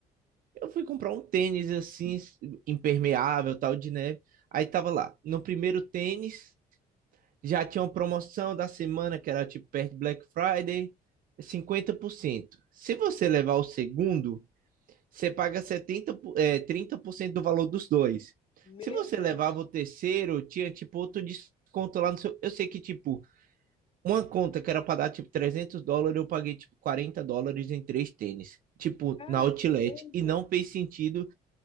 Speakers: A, on the right; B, on the left.
A: Eu fui comprar um tênis assim, impermeável, tal, de neve. Aí tava lá. No primeiro tênis, já tinha uma promoção da semana, que era tipo perto de Black Friday, 50%. Se você levar o segundo, você paga setenta é 30% do valor dos dois.
B: Meu
A: Se você
B: Deus!
A: levava o terceiro, tinha tipo outro desconto lá no seu. Eu sei que, tipo, uma conta que era pra dar tipo 300 dólares, eu paguei tipo 40 dólares em três tênis, tipo,
B: Cara,
A: na Outlet.
B: que coisa!
A: E não fez sentido.